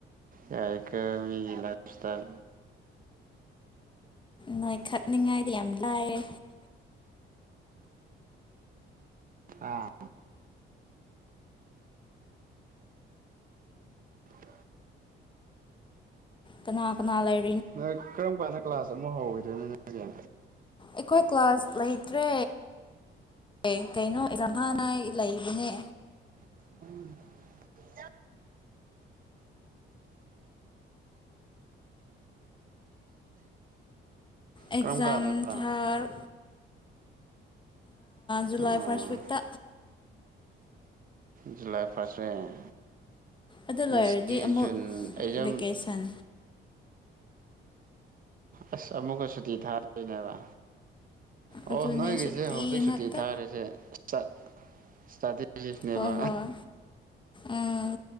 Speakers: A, on the right; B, on the left.
A: ꯌꯥꯏꯀꯣ ꯃꯤꯒꯤ ꯂꯥꯏꯞ ꯁ꯭ꯇꯥꯜ
B: ꯅꯣꯏ ꯈꯠꯅꯤꯡꯉꯥꯏꯗꯤ ꯌꯥꯝ ꯂꯥꯏꯑꯦ
A: ꯑꯥ <unintelligible>
B: ꯀꯅꯥ ꯀꯅꯥ ꯂꯩ
A: ꯅꯣꯏ ꯀꯔꯝ ꯀꯥꯟꯗ ꯀ꯭ꯂꯥꯁ ꯑꯃꯨꯛ ꯍꯧꯒꯤꯗꯣꯏꯅꯣ ꯅꯣꯏꯒꯤꯖꯦ
B: ꯑꯩꯈꯣꯏ ꯀ꯭ꯂꯥꯁ ꯂꯩꯇ꯭ꯔꯦ ꯑꯦ ꯀꯩꯅꯣ ꯑꯦꯛꯖꯥꯝ ꯊꯥꯅꯤꯡꯉꯥꯏ ꯂꯩꯕꯅꯦ
A: <unintelligible>
B: ꯑꯦꯛꯖꯥꯝ
A: ꯀꯔꯝ ꯀꯥꯟꯗꯕ꯭ꯔꯥ
B: ꯊꯥꯔꯨ ꯖꯨꯂꯥꯏ
A: ꯑꯥ
B: ꯐꯥꯔꯁ ꯋꯤꯛꯇ
A: ꯖꯨꯂꯥꯏ ꯐꯥꯔꯁ ꯋꯤꯛ
B: ꯑꯗꯨ ꯂꯣꯏꯔꯗꯤ
A: ꯉꯁꯤ
B: ꯑꯃꯨꯛ
A: ꯖꯨꯟ ꯑꯦꯛꯖꯥꯝ
B: ꯚꯦꯀꯦꯁꯟ
A: ꯑꯁ ꯑꯃꯨꯛꯀ ꯁꯨꯇꯤ ꯊꯥꯗꯣꯏꯅꯦꯕ ꯑꯣ
B: ꯑꯗꯨꯅꯦ
A: ꯅꯣꯏꯒꯤꯁꯦ
B: ꯁꯨꯇꯤ
A: ꯍꯧꯖꯤꯛ ꯁꯨꯇꯤ
B: ꯉꯥꯛꯇ
A: ꯊꯥꯔꯤꯁꯦ ꯏꯁꯇꯥ ꯏꯁꯇ꯭ꯔꯗꯦ ꯂꯤꯁꯅꯦꯕ
B: ꯍꯣꯏ ꯍꯣꯏ ꯎꯝ